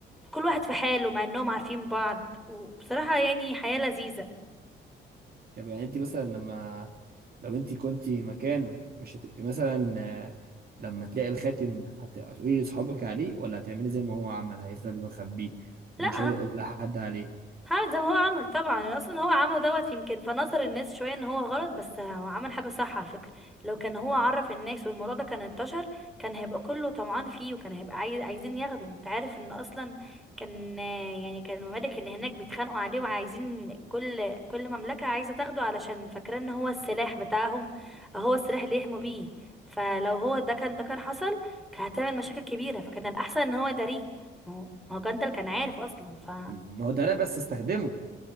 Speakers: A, in the centre; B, on the right (about 50°).
A: كل واحد في حاله مع انهم عارفين بعض وبصراحة يعني حياة لذيذة
B: طب يعني انت مثلا لما لو انت كنت مكانه مش هتبقي مثلا آه، لما تلاقي الخاتم هت- هتقولي لاصحابك عليه ولا هتعملي زي ما هو عمل هيفضل مخبيه
A: لا
B: ومش هيقدر يقول لحد عليه
A: هعمل زي ما هو عمل طبعا أنا اصلا هو عمله دوت يمكن في نظر الناس شويه ان هو غلط بس هو عمل حاجه صح على فكره لو كان هو عرف الناس والموضوع ده كان انتشر كان هيبقى كله طمعان فيه وكان هيبقى عايز عايزين ياخده انت عارف ان اصلا كان آه، يعني كان الممالك اللي هناك بيتخانقوا عليه وعايزين كل كل مملكه عايزه تاخده علشان فاكره ان هو السلاح بتاعهم أو هو السلاح اللي يحموا بيه فلو هو ده كان ده كان حصل كان هتعمل مشاكل كبيره فكان الاحسن ان هو يداريه ما هو ما هو جندل كان عارف اصلا ف
B: ما هو ده لا بس استخدمه